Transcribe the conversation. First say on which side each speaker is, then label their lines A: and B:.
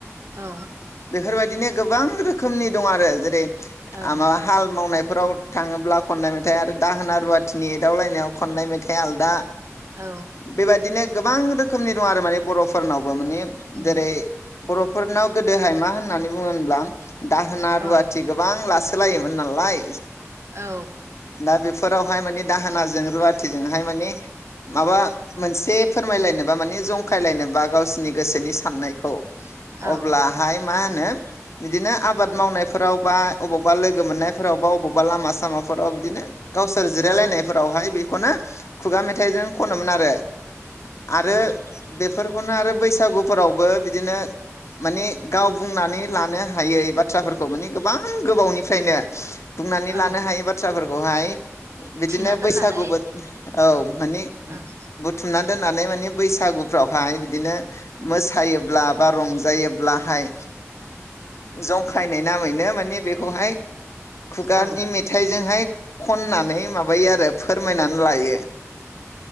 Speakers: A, on the right; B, on the left.
A: औ
B: बेफोरबायदिनो गोबां रो खोमनि दं आरो जेरै आह
A: औ
B: माबा हाल मावनाय फोराव थाङोब्ला खननाय मेथाइ आरो दाहोना रुवाथिनि एदावलायनायाव खननाय मेथाइआ आलदा।
A: औ
B: बेबायदिनो गोबां रो खोमनि दं आरो माने बर'फोरनाव। माने
A: उम
B: जेरै बर'फोरनाव गो दोहाय मा होननानै बुङो होनब्ला दाहोना रुवाथि
A: अ
B: गोबां लासै सोलायोमोन नालाय
A: औ
B: दा बेफोरावहाय माने दाहोनाजों रुवा थिजोंहाय माने माबा मोनसे फोरमायलायनोब्ला माने जंखायलायनोबा गावसिनि गोसोनि साननायखौ
A: औ
B: अब्लाहाय मा होनो बिदिनो आबाद मावनायफोराव बा अबावबा लोगो मोननायफोराव बा अबावबा लामा सामाफोराव बिदिनो गावसोर जिरायलायनायफोरावहाय
A: औ
B: बे खनो खुगा मेथाइजों खनोमोन आरो। आरो
A: औ
B: बेफोर खौनो आरो बैसागुफोरावबो बिदिनो माने गाव बुंनानै लानो हायै बाथ्राफोरखौ माने गोबां गोबावनिफ्रायनो बुंनानै
A: औ
B: लानो हायि बाथ्राफोरखौहाय बिदिनो
A: थिना दोननानै
B: बैसागु बो औ माने
A: ओं
B: बुथुमना दोन होननानै माने बैसागुफ्राव फाय बिदिनो मोसायोब्ला बा रंजायोब्लाहाय जंखायनाय नामैनो माने बेखौहाय खुगानि
A: औ
B: मेथाइजोंहाय खननानै माबायो आरो फोरमायनानै लायो।